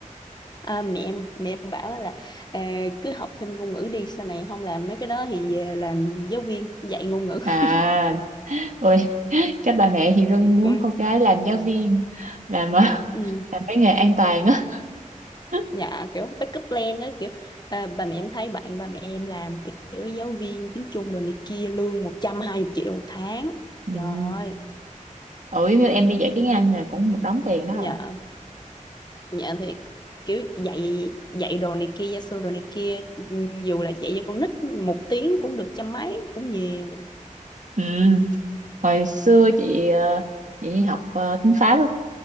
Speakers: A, on the left; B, on the right.
A: À, mẹ em mẹ em bảo là à, cứ học thêm ngôn ngữ đi sau này không làm mấy cái đó thì về làm giáo viên dạy ngôn ngữ
B: À,
A: <laughs>
B: ôi <laughs> các bà mẹ thì luôn
A: Em
B: muốn
A: cũng-
B: con cái làm giáo viên, làm ờ, <laughs>
A: ừ.
B: làm cái nghề an toàn á. <laughs>
A: dạ kiểu backup plan đó kiểu à, bà mẹ em thấy bạn bà mẹ em làm kiểu giáo viên tiếng Trung rồi này kia lương 120 triệu một tháng
B: Ừ.
A: trời ơi
B: Ừ, như em đi dạy tiếng Anh là cũng một đống tiền đó.
A: dạ dạ thiệt kiểu dạy dạy đồ này kia gia sư đồ này kia ừ, dù là dạy cho con nít một tiếng cũng được trăm mấy cũng nhiều
B: Ừ. Hồi xưa chị ờ, chị đi học ờ, tiếng Pháp á